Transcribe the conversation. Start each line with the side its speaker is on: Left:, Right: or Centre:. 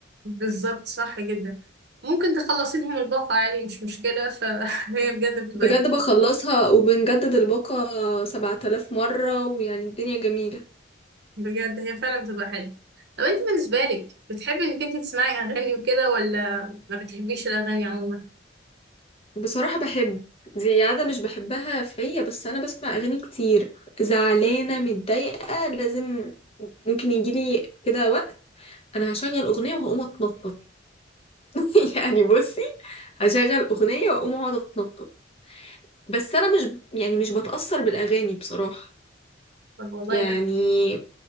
Right: بالظبط صح جدا ممكن تخلصي لهم الباقه عادي مش مشكله فهي <laughs> بجد بتبقى
Left: بجد
Right: ج-
Left: بخلصها وبنجدد الباقه 7000 مره ويعني الدنيا جميله
Right: بجد هي فعلا بتبقى حلوه طب انت بالنسبه لك بتحبي انك انت تسمعي اغاني وكده ولا ما بتحبيش الاغاني عموما
Left: بصراحه بحب دي عادة مش بحبها فيا بس انا بسمع اغاني كتير زعلانه متضايقه لازم ممكن يجيلي كده وقت انا هشغل اغنيه وهقوم اتنطط <laughs> يعني بصي هشغل أغنية وأقوم أقعد أتنطط بس أنا مش يعني مش بتأثر بالأغاني بصراحة
Right: طب والله
Left: يعني
Right: ده